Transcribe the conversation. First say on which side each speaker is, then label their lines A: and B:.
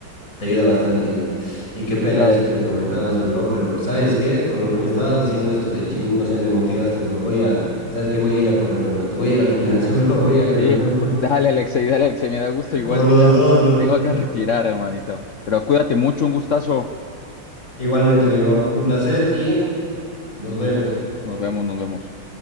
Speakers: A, on the left; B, on the left.
A: Te ayuda bastante y, y qué pena
B: Claro.
A: eso que comentabas, mi bro, pero ¿sabes qué? Con lo que me estabas diciendo esto del gym, no sé, me motivaste, bro. Voy a, ¿sabes qué? Voy a ir a correr un rato, voy a ir al gimnasio, <laughs> bro, voy a
B: Sí,
A: ir de nuevo.
B: dale, Alexei, dale, Alexei, me da gusto.
A: <laughs>
B: Igual
A: Por los
B: yo ya,
A: dos,
B: ya
A: bro.
B: me tengo que retirar, hermanito. Pero cuídate mucho, un gustazo.
A: Igualmente, mi bro, un placer y nos vemos.
B: Nos vemos, nos vemos.